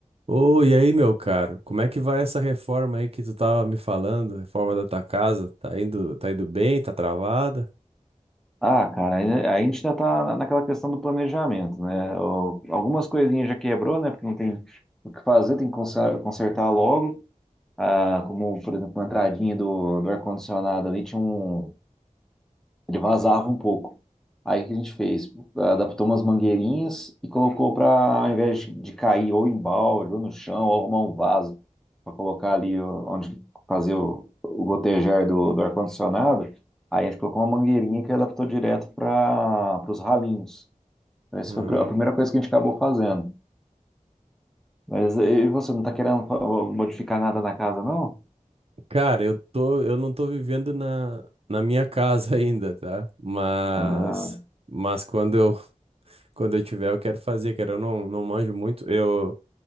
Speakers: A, on the right; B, in the centre.
A: Ô, e aí, meu caro, como é que vai essa reforma aí que tu tava me falando? Reforma da tua casa, tá indo, tá indo bem, tá travada?
B: Ah, cara, ainda- aí a gente ainda tá naquela questão do planejamento, né? O- Algumas coisinhas já quebrou, né? Porque não tem o que fazer, tem que conser- consertar logo. Ah, como, por exemplo, a entradinha do, do ar-condicionado ali tinha um, ele vazava um pouco. Aí o que a gente fez? Adaptou umas mangueirinhas e colocou para, ao invés de, de cair ou em balde, ou no chão, ou arrumar um vaso, para colocar ali o- onde fazer o, o gotejar do, do ar-condicionado, aí a gente colocou uma mangueirinha que adaptou direto para os ralinhos. Então, essa
A: Hum.
B: foi a pri- a primeira coisa que a gente acabou fazendo. Mas e você não está querendo fa- modificar nada na casa, não?
A: Cara, eu tô, eu não tô vivendo na, na minha casa <laughs> ainda, tá? Mas,
B: Ah,
A: mas quando eu, <laughs> quando eu tiver, eu quero fazer, cara, eu não, não manjo muito. Eu,